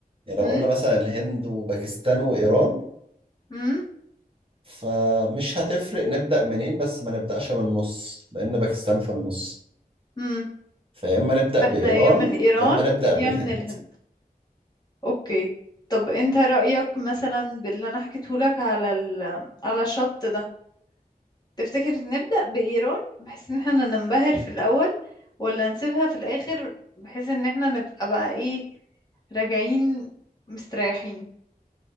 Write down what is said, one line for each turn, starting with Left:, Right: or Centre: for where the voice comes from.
Right: يعني لو
Left: امم
Right: قلنا مثلا الهند وباكستان وايران
Left: امم
Right: فمش هتفرق نبدأ منين بس ما نبدأش من النص لأن باكستان في النص
Left: امم
Right: فيا إما نبدأ
Left: فاحنا
Right: بإيران
Left: يا من ايران
Right: يا إما نبدأ
Left: يا
Right: بالهند
Left: من الهند اوكي طب انت رأيك مثلا باللي انا حكيتهولك على ال... على الشط ده تفتكر نبدأ بإيران بحيث ان احنا ننبهر في الأول ولا نسيبها في الآخر بحيث ان احنا نبقى بقى ايه راجعين مستريحين